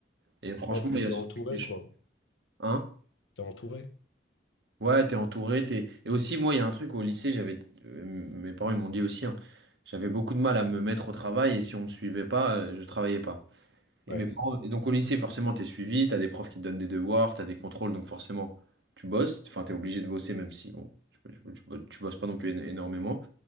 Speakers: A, on the right (about 75°); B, on the left (about 90°).
A: Et franchement,
B: Oh, puis
A: il y
B: t'es
A: a
B: entouré,
A: ce truc des...
B: quoi,
A: Hein?
B: t'es entouré,
A: Ouais, t'es entouré, t'es... Et aussi, moi, il y a un truc au lycée, j'avais... euh, Mes parents, ils m'ont dit aussi, hein, j'avais beaucoup de mal à me mettre au travail et si on me suivait pas, euh, je travaillais pas. Et
B: ouais.
A: mes parents... Et donc au lycée, forcément, t'es suivi, t'as des profs qui te donnent des devoirs, t'as des contrôles, donc forcément, tu bosses. Enfin, t'es obligé de bosser, même si, bon, tu, tu- tu- bo- tu bosses pas non plus éno- énormément.